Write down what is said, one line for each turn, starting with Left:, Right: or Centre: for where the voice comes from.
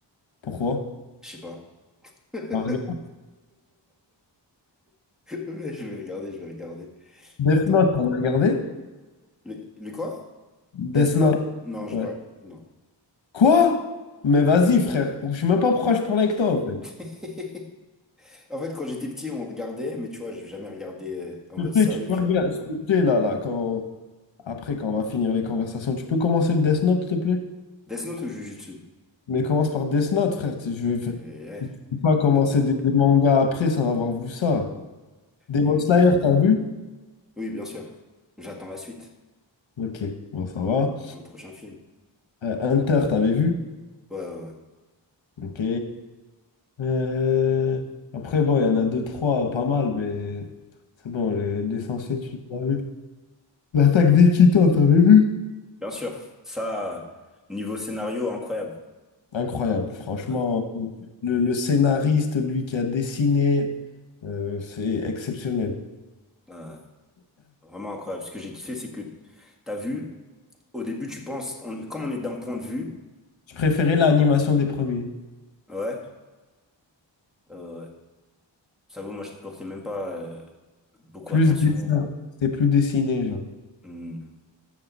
Left: Pourquoi?
Centre: Je sais pas. <laughs>
Left: T'as regardé
Centre: Mais Je vais regarder, je vais regarder.
Left: Death
Centre: Attends.
Left: Note, t'as regardé?
Centre: Le, le quoi?
Left: Death
Centre: Death Note?
Left: Note,
Centre: Non, je
Left: ouais.
Centre: pas. Non.
Left: Quoi? Mais vas-y, frère. Je sais même pas pourquoi je parle avec toi, en fait.
Centre: <laughs> En fait, quand j'étais petit, on regardait, mais tu vois, j'ai jamais regardé euh, en
Left: Tu
Centre: mode sérieux,
Left: peux, tu peux
Centre: tu
Left: regarder,
Centre: vois.
Left: s'il te plaît, là, là, quand... Après, quand on va finir les conversations, tu peux commencer le Death Note, s'il te plaît?
Centre: Death Note ou Jujutsu?
Left: Mais commence par Death Note, frère. tu- Je
Centre: Ok.
Left: je
Centre: ouais.
Left: peux pas commencer
Centre: <laughs>
Left: des, des mangas après sans avoir vu ça. Demon
Centre: Euh,
Left: Slayer, t'as vu?
Centre: Oui, bien sûr. J'attends la suite
Left: Ok, bon, ça va.
Centre: dans le prochain film.
Left: Euh, Hunter, t'avais vu?
Centre: Ouais, ouais,
Left: Ok. Euh, Après, bon, il y en a deux, trois, pas mal, mais c'est bon, les- l'essentiel,
Centre: ouais.
Left: tu l'as vu. L'attaque des Titans, t'avais vu?
Centre: Bien sûr. Ça, niveau scénario, incroyable.
Left: Incroyable, franchement.
Centre: Ouais,
Left: Le, le scénariste, lui qui a dessiné, euh, c'est exceptionnel.
Centre: ouais. Vraiment incroyable. Ce que j'ai kiffé, c'est que t'as vu, au début, tu penses, on, comme on est d'un point de vue,
Left: Je préférais l'animation des premiers.
Centre: ouais, euh, ça vaut, moi, je ne portais même pas euh, beaucoup
Left: Plus
Centre: attention.
Left: dessin,
Centre: au-
Left: c'était plus dessiné, genre.
Centre: Hmm.